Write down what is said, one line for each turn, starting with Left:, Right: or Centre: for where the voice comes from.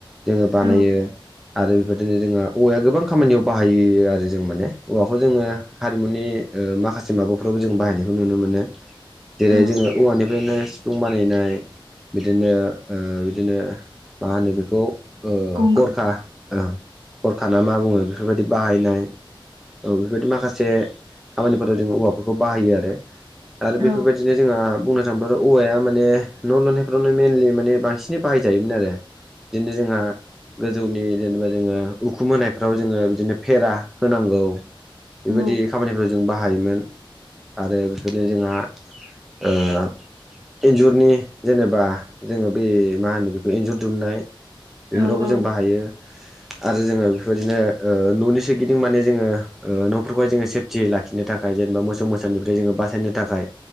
Centre: जोङो बानायो
Right: औ
Centre: आरो बेफोर <unintelligible> जोंहा औवाया गोबां खामानियाव बाहायो आरो जों माने औवाखौ जोङो हारिमुनि ओ माखासे माबाफ्रावबो जों बाहायनायखौ नुनो मोनो जेरै
Right: औ
Centre: जोङो औवानिफ्रायनो जुं बानायनाय बिदिनो ओ बिदिनो मा होनो बेखौ ओ
Right: गंगो
Centre: गरखा ओ गरखा ना मा बुङो बेफोरबायदि बाहायनाय औ बेफोरबायदि माखासे खामानिफोराव जों औवाफोरखौ बाहायो आरो आरो
Right: औ
Centre: बेफोरबायदिनो जोंहा बुंनो थांबाथ' औवाया माने न' लुनायफ्रावनो मेनलि माने बांसिनै बाहायजायोमोन आरो दिनो जोंहा गोजौनि जेनेबा जोङो उखुम होनायफ्राव जोङो बिदिनो फेरा होनांगौ
Right: औ
Centre: बेबायदि खामानिफोराव जों बाहायोमोन आरो बेफोरनो जोंहा ओ इन्जुरनि जेनेबा जोङो बे मा होनो बेखौ इन्जुर दुमनाय बेफोरावबो
Right: औ औ
Centre: जों बाहायो आरो जोङो बेफोरबायदिनो ओ न'नि सोरगिदिं माने जोङो ओ न'फोरखौहाय जोङो सेफ थि लाखिनो थाखाय जेनेबा मोसौ मोसानिफ्राय जोङो बास <unintelligible> थाखाय